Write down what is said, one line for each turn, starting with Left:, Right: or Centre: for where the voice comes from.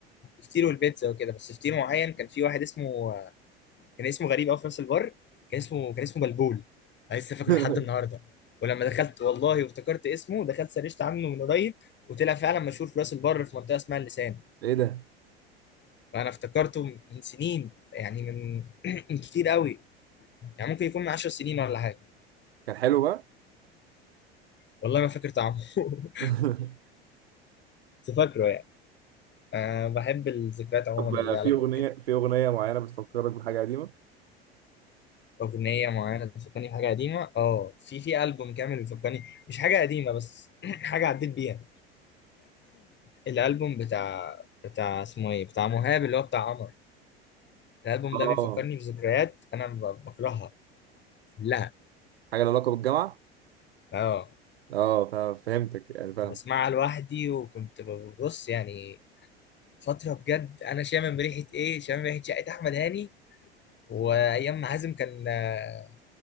Left: الفطير والبيتزا وكده بس فطير معين كان في واحد اسمه كان اسمه غريب قوي في نفس البر كان اسمه كان اسمه بلبول انا لسه فاكره
Right: <laughs>
Left: لحد النهارده ولما دخلت والله وافتكرت اسمه دخلت سرشت عنه من قريب وطلع فعلا مشهور في راس البر في منطقه اسمها اللسان
Right: ايه ده
Left: وانا افتكرته من سنين يعني من من كتير قوي يعني ممكن يكون من 10 سنين ولا حاجه
Right: كان حلو بقى
Left: والله ما فاكر طعمه <laughs>
Right: <laughs>
Left: بس فاكره يعني أه بحب الذكريات عموما
Right: طب
Left: اللي ليها
Right: في
Left: علاقه
Right: اغنيه
Left: بكده
Right: في اغنيه معينه بتفكرك بحاجه قديمه
Left: أغنية معينة بتفكرني بحاجة قديمة؟ آه في في ألبوم كامل بيفكرني مش حاجة قديمة بس <clears throat> حاجة عديت بيها الالبوم بتاع بتاع اسمه ايه بتاع مهاب اللي هو بتاع قمر الالبوم
Right: اه
Left: ده بيفكرني بذكريات انا ب- بكرهها كلها
Right: حاجه لها علاقه بالجامعه
Left: اه
Right: اه فا- فهمتك يعني
Left: كنت
Right: فاهم
Left: بسمعها لوحدي وكنت ببص يعني فتره بجد انا شامم ريحه ايه شامم ريحه شقه احمد هاني وايام ما حازم كان آه،